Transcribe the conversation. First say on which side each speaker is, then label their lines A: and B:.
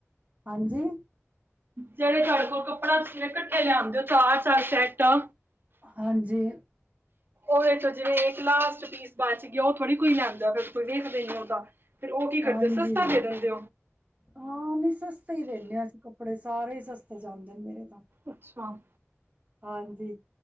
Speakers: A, on the right (about 30°); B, on the right (about 45°).
A: ਹਾਂਜੀ
B: ਜਿਹੜੇ ਤੁਹਾਡੇ ਕੋਲ ਕੱਪੜਾ ਇਕੱਠਾ ਲਿਆਂਦੇ ਹੋ ਚਾਰ ਸੈੱਟ ਆ
A: ਹਾਂਜੀ
B: ਉਹਦੇ ਚ ਜਿਵੇਂ ਇੱਕ ਲਾਸਟ ਪੀਸ ਬੱਚ ਗਿਆ ਉਹ ਥੋੜ੍ਹੀ ਕੋਈ ਲੈਂਦਾ <inaudible> ਨਹੀਂ ਹੋ ਤਾਂ ਫਿਰ ਉਹ ਕੀ ਕਰਦੇ
A: ਹਾਂਜੀ
B: ਸਸਤਾ ਦੇ ਦਿੰਦੇ
A: ਹਾਂ ਨਹੀਂ ਸਸਤੇ ਹੀ ਦਿਨੇ ਆ ਅਸੀਂ ਕੱਪੜੇ ਸਾਰੇ ਹੀ ਸਸਤੇ ਜਾਂਦੇ ਨੇ ਮੇਰੇ ਤਾਂ
B: ਅੱਛਾ
A: ਹਾਂਜੀ